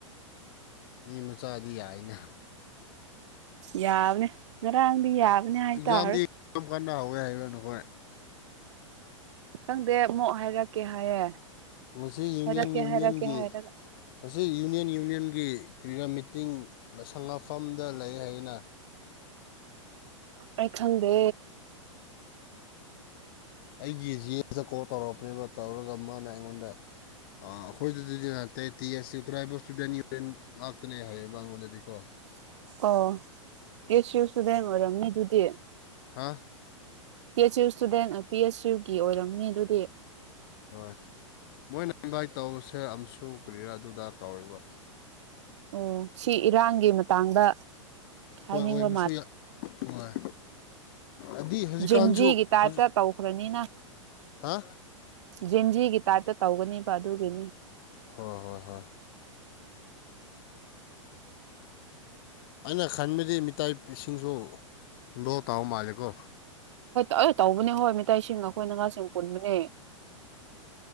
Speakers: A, on the left (about 45°); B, on the right (about 60°).
A: ꯃꯤ ꯃꯆꯥꯗꯤ ꯌꯥꯏꯅ
B: ꯌꯥꯕꯅꯦ ꯉꯔꯥꯡꯗꯤ ꯌꯥꯕꯅꯦ ꯍꯥꯏꯇꯥꯔꯦ
A: ꯑꯦꯛꯖꯥꯝꯗꯤ <unintelligible> ꯍꯧꯋꯦ ꯍꯥꯏꯕ꯭ꯔꯥ ꯅꯈꯣꯏ
B: ꯈꯪꯗꯦ ꯑꯃꯨꯛ ꯍꯥꯏꯔꯛꯀꯦ ꯍꯥꯏꯌꯦ
A: ꯉꯁꯤ ꯌꯨꯅꯤꯌꯟ
B: ꯍꯥꯏꯔꯛꯀꯦ
A: ꯌꯨꯅꯤꯌꯟꯒꯤ
B: ꯍꯥꯏꯔꯛꯀꯦ ꯍꯥꯏꯔꯒ
A: ꯉꯁꯤ ꯌꯨꯅꯤꯌꯟ ꯌꯨꯅꯤꯌꯟꯒꯤ ꯀꯔꯤꯌꯥ ꯃꯤꯇꯤꯡ ꯂꯥꯏꯁꯪ ꯒꯥꯥꯐꯝꯗ ꯂꯩꯌꯦ ꯍꯥꯏꯌꯦꯅꯥ
B: ꯑꯩ ꯈꯪꯗꯦ
A: ꯑꯩꯒꯤ ꯖꯤ ꯑꯦꯐꯗ ꯀꯣꯜ ꯇꯧꯔꯛꯄꯅꯦꯕ ꯇꯧꯔꯒ ꯃꯥꯅ ꯑꯩꯉꯣꯟꯗ ꯑꯥ ꯑꯈꯣꯏꯗꯗꯤ ꯅꯠꯇꯦ T S U tribal student union ꯉꯥꯛꯇꯅꯦ ꯍꯥꯏꯌꯦꯕ ꯑꯉꯣꯟꯗꯗꯤꯀꯣ
B: ꯑꯣ ꯑꯦꯁ ꯌꯨ ꯁ꯭ꯇꯨꯗꯦꯟ ꯑꯣꯏꯔꯝꯅꯤ ꯑꯗꯨꯗꯤ
A: ꯍꯥ
B: T S U student T S ꯌꯨꯒꯤ ꯑꯣꯏꯔꯝꯅꯤ ꯑꯗꯨꯗꯤ
A: ꯍꯣꯏ ꯃꯣꯏꯅ ꯏꯟꯚꯥꯏꯠ ꯇꯧꯕꯁꯦ ꯑꯝꯁꯨ ꯀꯔꯤꯔ ꯑꯗꯨꯗ ꯀꯧꯔꯦꯕ
B: ꯑꯣ ꯁꯤ ꯏꯔꯥꯡꯒꯤ ꯃꯇꯥꯡꯗ ꯍꯥꯏꯅꯤꯡꯕ
A: ꯍꯣꯏ ꯑꯣꯏꯕꯁꯨ ꯌꯥ ꯍꯣꯏ ꯑꯗꯤ ꯍꯧꯖꯤꯛꯀꯥꯟꯁꯨ
B: ꯖꯤꯟꯖꯤꯒꯤ ꯇꯥꯏꯞꯇ
A: ꯍꯧꯖꯤꯛ
B: ꯇꯧꯈ꯭ꯔꯅꯤꯅ
A: ꯍꯥ
B: ꯖꯦꯟꯖꯤꯒꯤ ꯇꯥꯏꯞꯇ ꯇꯧꯒꯅꯤꯕ ꯑꯗꯨꯒꯤꯅꯤ
A: ꯍꯣ ꯍꯣ ꯍꯣꯏ ꯑꯩꯅ ꯈꯟꯕꯗꯤ ꯃꯤꯇꯩ ꯁꯤꯡꯁꯨ <unintelligible> ꯃꯥꯜꯂꯤꯀꯣ
B: ꯍꯣꯏ ꯇꯧꯕꯅꯦ ꯍꯣꯏ ꯃꯤꯇꯩꯁꯤꯡ ꯑꯩꯈꯣꯏ ꯅꯒꯥꯁꯤꯡ ꯄꯨꯟꯕꯅꯦ